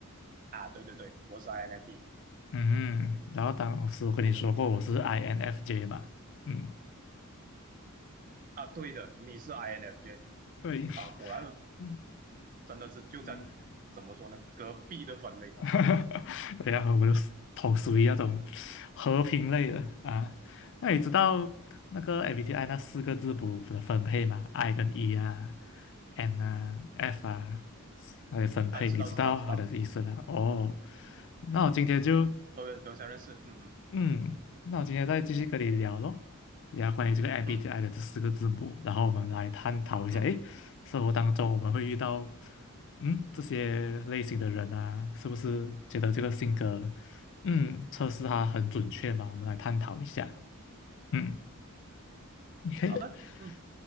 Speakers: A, on the right (about 40°); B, on the left (about 60°).
A: 啊，对对对，我是 INFP，
B: 嗯，
A: 嗯
B: 然后当时我跟你说过我是 INFJ 嘛，嗯，
A: 啊，对的，你是 INFJ
B: 对，
A: 啊，果然
B: <laughs>
A: 真的是就在怎么说呢，
B: 嗯。
A: 隔壁的分类
B: <laughs> 哈哈，对呀、我的 s- 头属于那种和平类的啊。那你知道那个 MBTI 那四个字母的分配吗？I 跟 E 啊，N 啊，F 啊，还有分配，
A: 啊，知道知道知道，
B: 你知道它的意思了哦，那我今天就
A: 都都相认识，嗯嗯
B: 嗯，那我今天再继续跟你聊咯，聊关于这个 MBTI
A: 嗯
B: 的这四个字母，然后我们来探讨一下，
A: 嗯，
B: 诶，生活当中我们会遇到，嗯，这些类型的人啊，是不是觉得这个性格，嗯，测试它很准确嘛？我们来探讨一下。嗯，OK，OK，
A: 好的，嗯